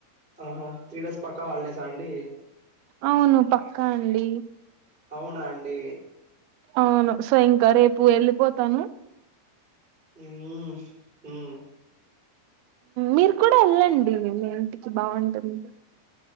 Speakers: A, in the centre; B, on the right.
A: ఆహా త్రీ డేస్ పక్కా హాలిడేసా అండి
B: అవును పక్కా అండి
A: అవునా అండి
B: అవును సో ఇంకా రేపు వెళ్ళిపోతాను
A: ఆ మ్
B: మీరు కూడా వెళ్ళండి మీ ఇంటికి బాగుంటుంది